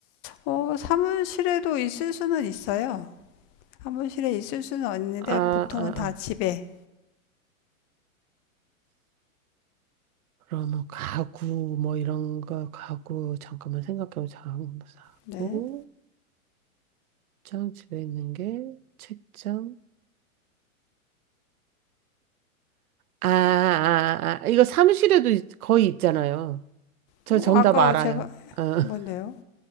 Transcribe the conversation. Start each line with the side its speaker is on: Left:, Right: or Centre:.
Left: 어, 사무실에도 있을 수는 있어요. 사무실에 있을 수는 있는데
Right: 아, 아,
Left: 보통은 다
Right: 아.
Left: 집에.
Right: 그럼 뭐 가구 뭐 이런 거 가구 잠깐만 생각해보자. 가구 사고
Left: 네.
Right: 장 집에 있는 게 책장. 아, 아, 아 이거 사무실에도 있- 거의 있잖아요. 저
Left: 뭐
Right: 정답
Left: 아까
Right: 알아요.
Left: 제가
Right: 어, <laughs>
Left: 뭔데요?